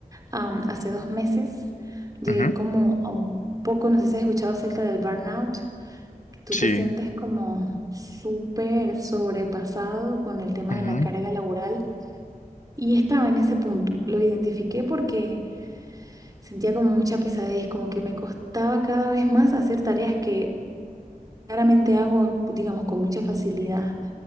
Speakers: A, on the right; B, on the left.
A: Am, hace dos meses llegué
B: Ujú, ujú,
A: como a un poco, no sé si has escuchado acerca del burnout, que tú
B: Sí,
A: te sientes como súper sobrepasado con el tema
B: ujú,
A: de la carga laboral. Y estaba en ese punto. Lo identifiqué porque sentía como mucha pesadez, como que me costaba cada vez más hacer tareas que claramente hago, digamos, con mucha facilidad.